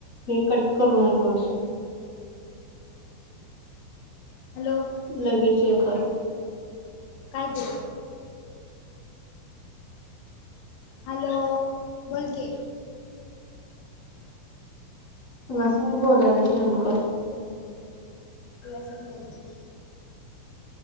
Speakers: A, on the left (about 50°); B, on the left (about 80°).
A: हे कट करू नकोस.
B: हॅलो.
A: लगेच हे कर.
B: काय ते हॅलो बोलकी
A: कुणा संग बोलायल्यास नेमक?
B: तुयासंग बोलते.